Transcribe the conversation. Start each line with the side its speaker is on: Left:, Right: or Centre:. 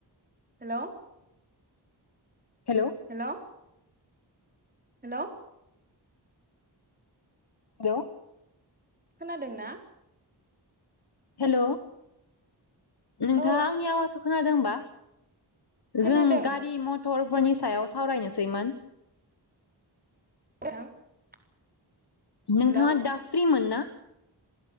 Right: हेल'
Left: हेलौ
Right: हेल' हेल'
Left: हेलौ
Right: खोनादों ना?
Left: हेल' नोंथाङा
Right: औ
Left: आंनि
Right: आं
Left: आवासखौ खोनादों बा?
Right: खोनादों
Left: जों गारि मथर फोरनि सायाव सावरायनोसैमोन।
Right: <unintelligible>
Left: नोंथाङा
Right: हेलौ
Left: दा फ्रिमोन ना? <unintelligible>